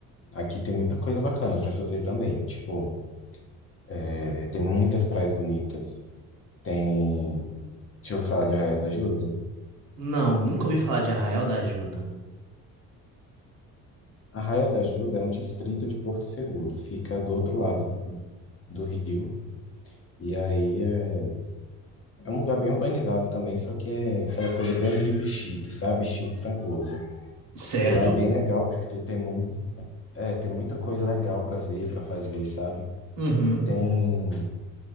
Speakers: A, on the left (about 35°); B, on the right (about 60°).
A: aqui tem muita coisa bacana pra tu ver também. Tipo, é, tem muitas praias bonitas, tem... Deixa eu falar de Arraial da Ajuda.
B: Não, nunca ouvi falar de Arraial da Ajuda.
A: Arraial da Ajuda é um distrito de Porto Seguro, fica do outro lado do rio. E aí é, é um lugar bem urbanizado também, só que é aquela coisa bem hippie chique, sabe? Estilo Trancoso.
B: Certo.
A: E lá é bem legal, porque tem, muito, é, tem muita coisa legal para ver, para fazer, sabe?
B: Uhum.
A: Tem